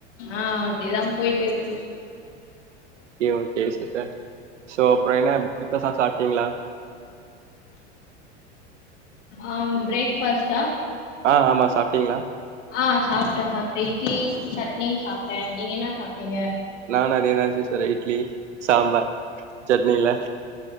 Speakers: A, on the left; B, on the right.
A: ஆ அப்டிதா போயிட்டு இருக்கு
B: ஓகே ஓகே சிஸ்டர் ஸோ அப்புற என்ன பிரேக் ஃபாஸ்லா சாப்ட்டீங்களா
A: ஆ பிரேக்ஃபாஸ்டா
B: ஆ ஆமா சாப்ட்டீங்களா
A: ஆ சாப்ட்ட சாப்ட்ட இட்லி சட்னி சாப்ட்ட நீங்க என்ன சாப்ட்டீங்க
B: நானு அதேதா சிஸ்டர் இட்லி சாம்பார் சட்னில